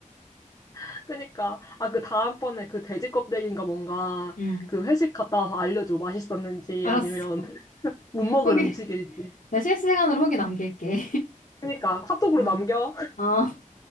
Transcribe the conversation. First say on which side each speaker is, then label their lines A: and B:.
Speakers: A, on the left (about 25°); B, on the left (about 80°).
A: <laughs> 그러니까 아, 그 다음번에 그 돼지 껍데기인가 뭔가
B: 응,
A: 그 회식 갔다 와서 알려줘. 맛있었는지
B: 알았어.
A: 아니면
B: <laughs>
A: <laughs> 못 먹을
B: 후기.
A: 음식일지.
B: 내 실시간으로 후기 남길게.
A: 그러니까 카톡으로
B: 어.
A: 남겨.
B: 어.